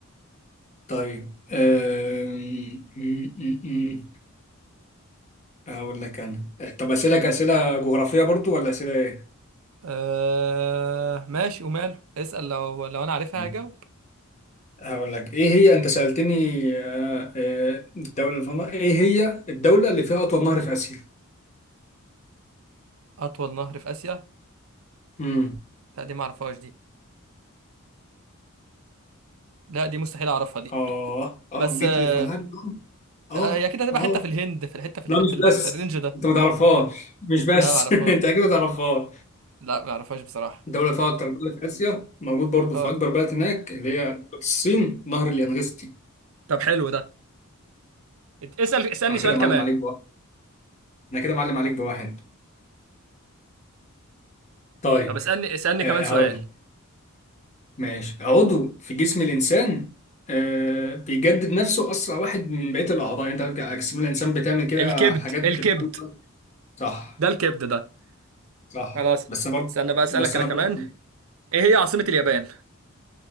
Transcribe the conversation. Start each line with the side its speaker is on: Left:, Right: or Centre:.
Left: طيب أم، م- م- م. اقول لك انا طب اسالك اسئله جغرافيه برضو ولا اسئله
Right: آه ماشي وماله اسأل لو لو انا عارفها
Left: ايه
Right: هجاوب
Left: هقول لك ايه هي انت سألتني آه، آه، الدولة اللي فيها نهر ايه هي الدولة اللي فيها اطول نهر في اسيا
Right: اطول نهر في اسيا
Left: امم
Right: لا دي ما اعرفهاش دي لا دي مستحيل اعرفها دي
Left: اه اه
Right: بس
Left: جيت
Right: آه،
Left: لي في ملعبي برضه.
Right: ف-
Left: اه
Right: آه، هي اكيد هتبقى
Left: اه
Right: حته في الهند في الحته في الح...
Left: لا مش
Right: في, ال...
Left: بس
Right: في الرينج ده
Left: انت ما تعرفهاش مش بس
Right: لا ما اعرفهاش
Left: <laughs> انت اكيد ما تعرفهاش
Right: لا ما اعرفهاش بصراحه
Left: الدولة اللي فيها اكتر دولة في اسيا موجود برضه
Right: اه
Left: في اكبر بلد هناك اللي هي دولة الصين نهر اليانغستي
Right: طب حلو ده إت- اسال اسالني
Left: انا
Right: سؤال
Left: كده معلم
Right: كمان
Left: عليك بواحد انا كده معلم عليك بواحد طيب
Right: طب اسالني اسالني
Left: آه
Right: كمان سؤال
Left: هقول لك ماشي عضو في جسم الإنسان آه بيجدد نفسه أسرع واحد من بقية الأعضاء يعني أنت عارف جسم الإنسان بتعمل كده
Right: الكبد
Left: حاجات
Right: الكبد
Left: بتخلق صح
Right: ده الكبد ده
Left: صح
Right: خلاص
Left: بس أنا برضه
Right: استنى بقى اسالك
Left: بس
Right: انا
Left: أنا
Right: كمان
Left: برضه
Right: ايه هي عاصمة اليابان